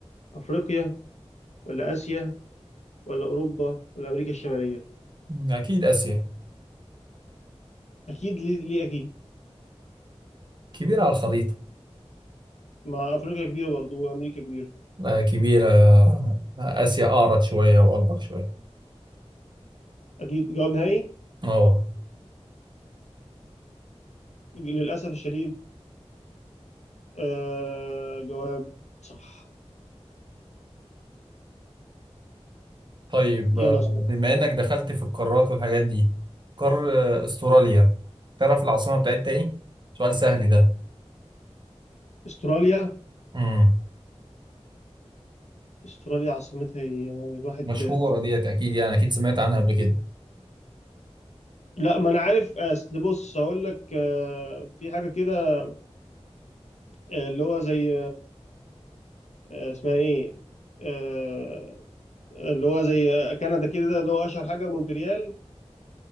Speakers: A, on the left (about 80°); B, on the right (about 40°).
A: افريقيا ولا اسيا ولا اوروبا ولا امريكا الشماليه
B: أكيد آسيا
A: اكيد ليه, ليه اكيد
B: كبيرة على الخريطة
A: ما افريقيا كبيره برضه وامريكا كبيره
B: آه، كبيرة آه، آسيا أعرض شوية وأكبر شوية
A: اكيد جواب نهائي
B: أه
A: للاسف الشديد آه جواب صح
B: طيب
A: يلا
B: آه،
A: سؤال
B: بما إنك دخلت في القارات والحاجات دي قار آه، أستراليا تعرف العاصمة بتاعتها إيه؟ سؤال سهل ده
A: استراليا
B: مم.
A: استراليا عاصمتها هي الواحد
B: مشهورة ديت أكيد يعني أكيد سمعت عنها قبل كده
A: لا ما انا عارف آه، اصل بص هقول لك آه، في حاجه كده آه، اللي هو زي آه، اسمها ايه آه، اللي هو زي آه، كندا كده اللي هو اشهر حاجه مونتريال